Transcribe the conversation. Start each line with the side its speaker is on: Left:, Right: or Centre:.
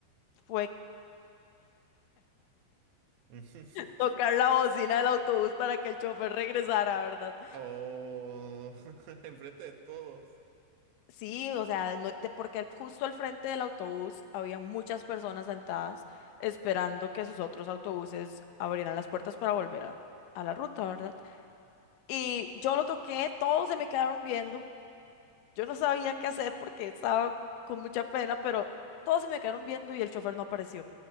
Left: fue
Right: Ujú.
Left: tocar la bocina del autobús para que el chofer regresara, ¿verdad?
Right: Oh, <laughs> enfrente de todos.
Left: Sí, o sea, no- de- porque al- justo al frente del autobús había muchas personas sentadas esperando que sus otros autobuses abrieran las puertas para volver a, a la ruta, ¿verdad? Y yo lo toqué, todos se me quedaron viendo. Yo no sabía qué hacer porque estaba con mucha pena, pero todos se me quedaron viendo y el chofer no apareció.